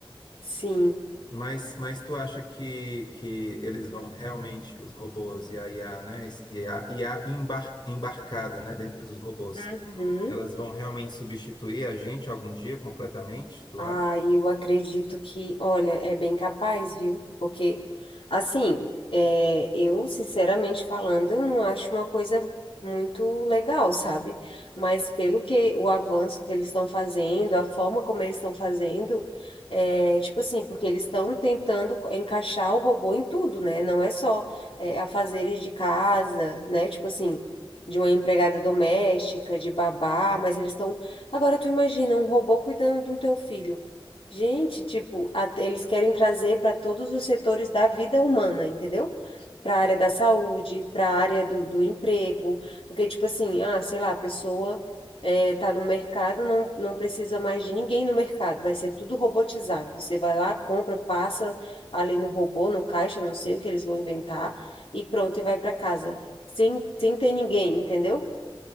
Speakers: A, on the left; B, on the left.
A: Sim.
B: Mas, mas tu acha que, que eles vão realmente, os robôs e a IA, né? E a IA embar, embarcada, né, dentro dos robôs,
A: Uhum.
B: elas vão realmente substituir a gente algum dia completamente, tu
A: Ah,
B: acha?
A: eu acredito que, olha, é bem capaz, viu? Porque, assim, é, eu, sinceramente falando, eu não acho uma coisa muito legal, sabe? Mas pelo que o avanço que eles estão fazendo, a forma como eles estão fazendo, é, tipo assim, porque eles estão tentando co- encaixar o robô em tudo, né? Não é só, é, afazeres de casa, né? Tipo assim. De uma empregada doméstica, de babá, mas eles estão Agora tu imagina um robô cuidando do teu filho. Gente, tipo, até eles querem trazer para todos os setores da vida humana, entendeu? Para a área da saúde, para a área do, do emprego, porque tipo assim, ah, sei lá, a pessoa eh, tá no mercado, não, não precisa mais de ninguém no mercado, vai ser tudo robotizado. Você vai lá, compra, passa ali no robô, no caixa, não sei o que eles vão inventar, e pronto, e vai para casa, sem, sem ter ninguém, entendeu?